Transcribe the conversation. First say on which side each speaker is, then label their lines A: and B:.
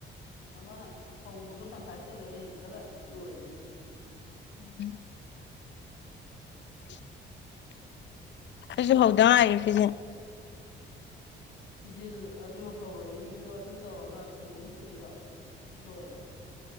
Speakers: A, on the left (about 90°); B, on the left (about 65°).
A: ꯑꯃ ꯍꯧꯕꯗꯣ ꯇꯪꯈꯥꯏ ꯆꯠꯂꯛꯑꯦ ꯀꯗꯥꯏ ꯂꯣꯏꯗ꯭ꯔꯤ
B: ꯎꯝ <inaudible> ꯑꯗꯨꯁꯨ ꯍꯧꯗ ꯉꯥꯏꯔꯤ ꯐꯁꯦ
A: ꯐꯤꯖꯤꯜ ꯑꯗꯨ ꯍꯧꯔꯛꯏꯗꯨꯣ ꯑꯗꯨ ꯇꯧꯔꯒ ꯐꯤ ꯑꯍꯨꯝ ꯁꯨꯗꯣꯏꯕ ꯏꯔꯣꯋꯒ